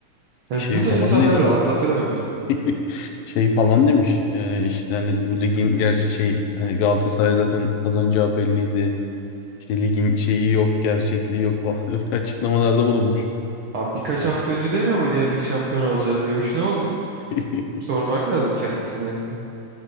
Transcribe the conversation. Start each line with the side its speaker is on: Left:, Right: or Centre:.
Right: Yani
Left: Şey
Right: bu
Left: falan
Right: da insanları
Left: değil.
Right: rahatlatır bence.
Left: <laughs> Şey falan demiş e, işte hani bu ligin gerçi şey hani Galatasaray zaten kazanacağı belliydi. İşte ligin şeyi yok, gerçekliği yok falan <laughs> öyle açıklamalarda bulunmuş.
Right: Abi birkaç hafta önce demiyor muydu ya biz şampiyon olacağız diye. O iş ne oldu?
Left: <laughs>
Right: Sormak lazım kendisine yani.